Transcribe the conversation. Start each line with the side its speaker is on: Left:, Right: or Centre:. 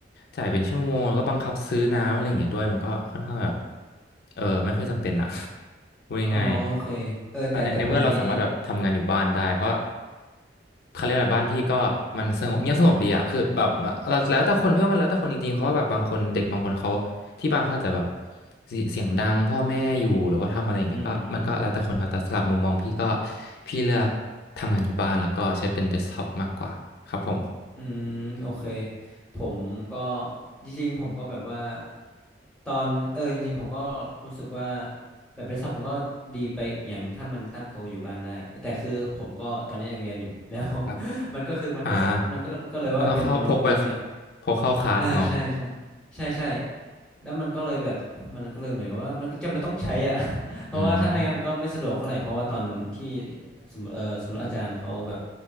Left: จ่ายเป็นชั่วโมงแล้วก็บังคับซื้อน้ำอะไรเงี้ยด้วยมันก็ค่อนข้างแบบเออไม่ค่อยจำเป็นอะ <laughs> พูดง่าย
Centre: อ๋อโอเคเออแต่แต่ผมนี้
Left: ๆในในเมื่อเราสามารถแบบทำงานอยู่บ้านได้เพราะเขาเรียกอะไรบ้านพี่ก็มันสงบเงียบสงบดีอะคือแบบเราแล้วแต่คนพี่ว่ามันแล้วแต่คนจริงๆเพราะว่าแบบบางคนเด็กบางคนเขา ที่บ้านเขาอาจจะแบบเสีเสียงดังพ่อแม่อยู่หรือว่าทำอะไรอย่างเงี้ยก็มันก็แล้วแต่คนครับแต่สำหรับมุมมองพี่ก็
Centre: อืมอืม
Left: พี่เลือกทำงานอยู่บ้านแล้วก็ใช้เป็นเดสก์ท็อปมากกว่าครับผม
Centre: อืมโอเคผมก็จริงๆผมก็แบบว่าตอนเออจริงๆผมก็รู้สึกว่าแบบเดสก์ท็อปมันก็ดีไปอีกอย่างถ้ามันตั้งโตะอยู่บ้านได้แต่คือผมก็ตอนนี้ยังเรียนอยู่แล้ว
Left: ครับ
Centre: <laughs> มันก็คือมันก็สะมันก็ก็เลยว่าเป็นโน้ตบุ๊กเนี่ย
Left: อ่าแล้วเข้าพกไปพกเข้าคลาสเนาะ
Centre: เออใช่ใช่ใช่ใช่ แล้วมันก็เลยแบบมันก็เลยเหมือนกับว่ามันก็จำเป็นต้องใช้อ่ะ <laughs> เพราะว่าถ้าไม่งั้นมันก็ไม่สะดวกเท่าไหร่เพราะว่าตอนที่
Left: อืม
Centre: สมมติเออสมมติอาจารย์เขาแบบ